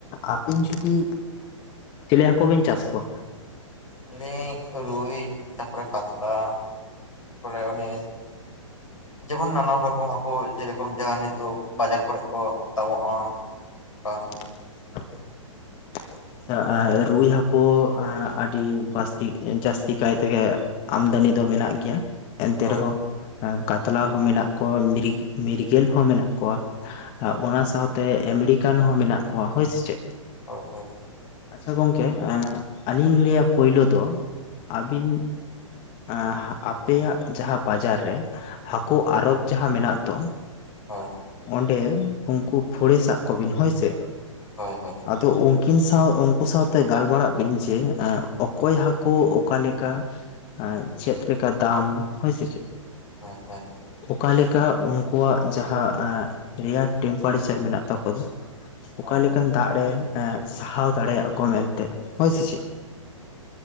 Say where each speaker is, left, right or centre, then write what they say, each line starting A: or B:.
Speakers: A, on the left (about 30°); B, on the left (about 75°).
A: ᱟᱹᱵᱤᱱ ᱡᱩᱫᱤ ᱪᱤᱞᱤ ᱦᱟᱹᱠᱩ ᱵᱤᱱ ᱪᱟᱥ ᱠᱚᱣᱟ?
B: ᱟᱞᱤᱧ ᱨᱩᱭ ᱛᱟᱨᱯᱚᱨᱮ ᱠᱟᱛᱞᱟ ᱛᱟᱯᱚᱨᱮ ᱚᱱᱮ ᱡᱮᱢᱚᱱ ᱱᱟᱱᱟ ᱨᱚᱠᱚᱢ ᱦᱟᱹᱠᱩ ᱡᱮᱨᱚᱠᱚᱢ ᱡᱮ ᱱᱤᱛᱚᱜ ᱵᱟᱡᱟᱨ ᱠᱚᱨᱮ ᱠᱚ ᱫᱟᱢᱚᱜᱼᱟ ᱚᱠᱟ
A: <unintelligible> ᱨᱩᱭ ᱦᱟᱹᱠᱩ ᱟᱹᱰᱤ ᱵᱟᱹᱥᱛᱤ ᱡᱟᱹᱥᱛᱤ ᱠᱟᱭ ᱛᱮᱜᱮ ᱟᱢᱫᱟᱱᱤ ᱫᱚ ᱢᱮᱱᱟᱜ ᱜᱮᱭᱟ ᱾ ᱮᱱᱛᱮ
B: ᱦᱳᱭ
A: ᱨᱮᱦᱚᱸ ᱠᱟᱛᱞᱟ ᱦᱚᱸ ᱢᱮᱱᱟᱜ ᱠᱚᱣᱟ ᱢᱤᱨ ᱢᱤᱨᱜᱮᱞ ᱦᱚᱸ ᱢᱮᱱᱟᱜ ᱠᱚᱣᱟ ᱾
B: ᱦᱳᱭ
A: ᱚᱱᱟ ᱥᱟᱶᱛᱮ ᱟᱢᱮᱨᱤᱠᱟᱱ ᱦᱚᱸ ᱢᱮᱱᱟᱜ ᱠᱚᱣᱟ ᱾ ᱦᱳᱭ ᱥᱮ?
B: ᱦᱳᱭ ᱦᱳᱭ
A: ᱟᱪᱪᱷᱟ ᱜᱚᱝᱠᱮ ᱟᱹᱞᱤᱧ ᱞᱟᱹᱭᱟ ᱯᱳᱭᱞᱳ ᱫᱚ ᱟᱹᱵᱤᱱ ᱮᱸ ᱟᱯᱮᱭᱟᱜ ᱡᱟᱦᱟᱸ ᱵᱟᱡᱟᱨ ᱨᱮ ᱦᱟᱹᱠᱩ ᱟᱨᱚᱰ ᱡᱟᱦᱟᱸ ᱢᱮᱱᱟᱜ ᱫᱚ
B: ᱦᱚᱸ
A: ᱚᱸᱰᱮ ᱩᱱᱠᱩ ᱯᱷᱚᱲᱮ ᱥᱟᱟᱜ ᱠᱚᱵᱤᱱ ᱦᱳᱭᱥᱮ
B: ᱦᱳᱭ ᱦᱳᱭ
A: ᱟᱫᱚ ᱩᱱᱠᱤᱱ ᱥᱟᱶ ᱩᱱᱠᱩ ᱥᱟᱶᱛᱮ ᱜᱟᱞᱢᱟᱨᱟᱜ ᱵᱤᱱ, ᱡᱮ ᱚᱠᱚᱭ ᱦᱟᱹᱠᱩ ᱚᱠᱟ ᱞᱮᱠᱟ? ᱟᱨ ᱪᱮᱫ ᱞᱮᱠᱟ ᱫᱟᱢ ᱦᱩᱭᱭ ᱥᱮ ᱪᱮᱫ?
B: ᱦᱚᱸ ᱦᱚᱸ
A: ᱚᱠᱟ ᱞᱮᱠᱟ ᱩᱱᱠᱩᱣᱟᱜ ᱡᱟᱦᱟᱸ ᱨᱮᱭᱟᱲ ᱴᱮᱢᱯᱟᱨᱮᱪᱟᱨ ᱢᱮᱱᱟᱜ ᱛᱟᱠᱚ ᱫᱚ
B: ᱦᱳᱭ
A: ᱚᱠᱟᱞᱮᱠᱟᱱ ᱫᱟᱜᱨᱮ ᱥᱟᱦᱟᱣ ᱫᱟᱲᱮᱭᱟᱜ ᱠᱚ ᱢᱮᱱᱛᱮ? ᱦᱳᱭ ᱥᱮᱪᱮᱫ?